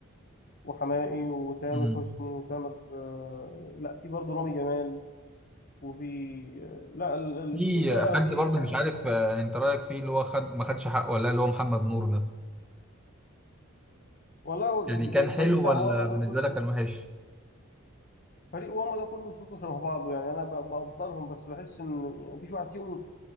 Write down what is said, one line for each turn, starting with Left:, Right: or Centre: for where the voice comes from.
Left: وحماقي وتامر
Centre: امم
Left: حسني وتامر آه، لا في برضه رامي جمال وفي آه، لا ال- ال-
Centre: في
Left: الجيل ده
Centre: حد
Left: فيه
Centre: برضه
Left: حاجات
Centre: مش عارف
Left: حلوة
Centre: آه، انت رايك فيه اللي هو خد ما خدش حقه ولا لا، اللي هو محمد نور ده
Left: والله هو
Centre: يعني
Left: الج-
Centre: كان
Left: الفريق
Centre: حلو
Left: بتاع
Centre: ولا
Left: واما
Centre: بالنسبه
Left: ده كله
Centre: لك كان وحش
Left: فريق واما ده كله صوته شبه بعضه يعني أنا ب- بقدرهم بس بحس إن يعني مفيش واحد فيهم